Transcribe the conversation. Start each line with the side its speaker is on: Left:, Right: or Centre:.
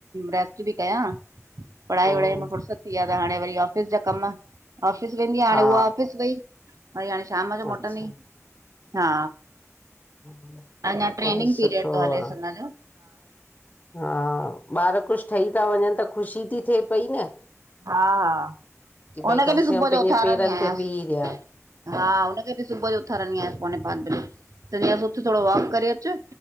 Right: रेस्ट बि कयां पढ़ाई
Left: हम्म
Right: वढ़ाई मां फुरसत थी वया त हाणे वरी ऑफिस जा कम। ऑफिस वेंदी हाणे
Left: हा
Right: उहा ऑफिस वई, वरी हाणे शाम जो
Left: अच्छा
Right: मोटंदी हा।
Left: <inaudible>
Right: अञा ट्रेनिंग
Left: हलो सुठो
Right: पीरियड थो हलेस
Left: आ।
Right: हुन जो
Left: हा ॿार कुझु ठही था वञनि त ख़ुशी थी थे पई न
Right: हा हा
Left: की
Right: हुनखे
Left: भई कम
Right: बि
Left: से
Right: सुबुह
Left: कम पंहिंजे
Right: जो उथारंदी
Left: पेरनि
Right: आहियसि।
Left: ते बीह रहिया
Right: हा हुनखे बि सुबुह जो, उथारिंदी आहयास पोेने पांच बजे, त चवंदी आहयास उथ। थोॾो वॉक करे अचे।